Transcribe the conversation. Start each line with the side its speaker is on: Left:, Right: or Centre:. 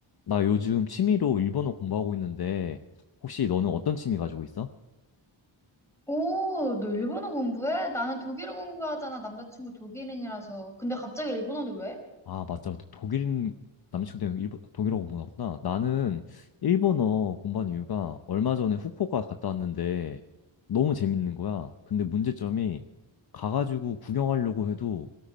Left: 나 요즘 취미로 일본어 공부하고 있는데, 혹시 너는 어떤 취미 가지고 있어?
Centre: 오, 너 일본어 공부해? 나는 독일어 공부하잖아. 남자친구 독일인이라서. 근데 갑자기 일본어는 왜?
Left: 아, 맞죠. 독일인 남자친구 때문에 일본, 독일어 공부하구나. 나는 일본어 공부한 이유가 얼마 전에 후쿠오카 갔다 왔는데 너무 재밌는 거야. 근데 문제점이 가가지고 구경하려고 해도